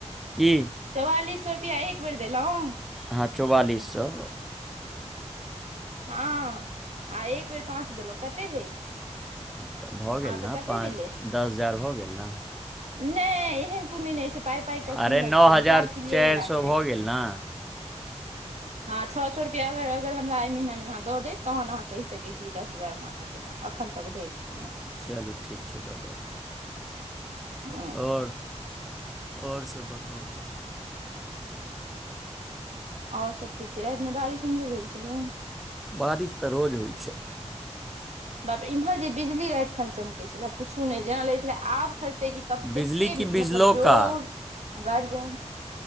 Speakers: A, in the centre; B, on the right.
A: की
B: चौआलीस सौ रुपैआ एक बेर देलहुँ
A: हाँ चौवालिस सौ
B: हँ आ एक बेर पाँच देलहुँ कतेक भेल
A: हँ तऽ भऽ
B: हँ
A: गेल
B: तऽ
A: ने
B: कते
A: पाँच
B: भेलै
A: दस हजार भऽ गेल ने
B: नहि एहन कोनो नहि छै पाइ पाइके
A: अरे
B: कीमत
A: नओ
B: छै
A: हजार
B: हिसाब किलियर
A: चारि
B: हेबाक
A: सए
B: चाही
A: भऽ गेल ने
B: हँ छओ सौ रुपआ अगर हमरा अइ महीना अहाँ दऽ देब तहन अहाँ कहि सकै छी दस हजार हम अहाँ के देलहुँ अखन तक धरि नहि
A: चलू ठीक छै दऽ देब
B: हँ
A: आओर आओर सभ बताउ तऽ
B: आओर सब ठीक छै रातिमे बारिश उम्हरो भेल छलै
A: बारिश तऽ रोज होइ छै
B: बापरे इम्हर जे बिजली राति खन चमकै छलै पूछू नहि जेना लगै छलै आब खसतै कि तब
A: बिजली
B: एते
A: की बिजलौका
B: मतलब जोर गर्जन